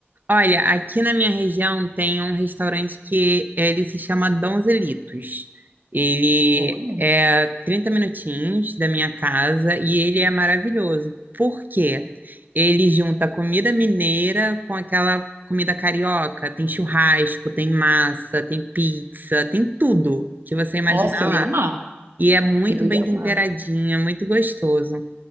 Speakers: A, on the right; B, on the right.
A: Olha, aqui na minha região tem um restaurante que ele se chama Donzelitos. Ele
B: Olha.
A: é 30 minutinhos da minha casa e ele é maravilhoso. Por quê? Ele junta comida mineira com aquela comida carioca. Tem churrasco, tem massa, tem pizza, tem tudo que você imaginar
B: Nossa, eu
A: lá.
B: ia amar.
A: E é muito
B: Eu
A: bem
B: ia amar.
A: temperadinho, é muito gostoso.